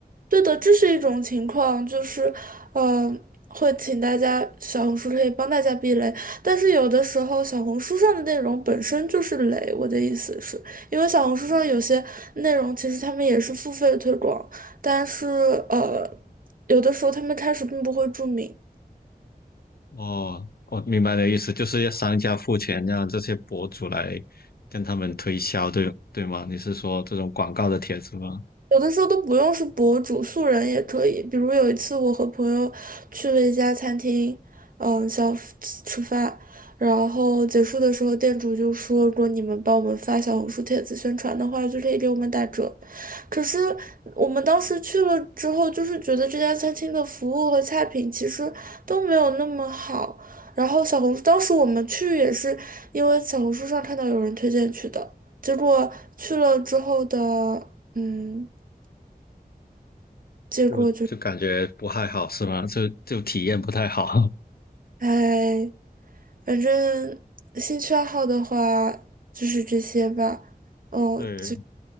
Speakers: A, on the right (about 60°); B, on the left (about 70°).
A: 对的，这是一种情况，就是，呃，会请大家小红书可以帮大家避雷，但是有的时候小红书上的内容本身就是雷，我的意思是，因为小红书上有些内容其实他们也是付费推广，但是呃，有的时候他们开始并不会注明，
B: 哦，我明白你的意思，就是要商家付钱让这些博主来跟他们推销，对对吗？你是说这种广告的帖子吗？
A: 有的时候都不用是博主，素人也可以。比如有一次，我和朋友去了一家餐厅，嗯，消吃吃饭，然后结束的时候，店主就说，如果你们帮我们发小红书帖子宣传的话，就可以给我们打折。可是我们当时去了之后，就是觉得这家餐厅的服务和菜品其实都没有那么好。然后小红书，当时我们去也是因为小红书上看到有人推荐去的，结果去了之后的，嗯。结果就是，
B: 就就感觉不太好，是吗？就就体验不太好。<laughs>
A: 哎，反正兴趣爱好的话就是这些吧。哦，
B: 对，
A: 就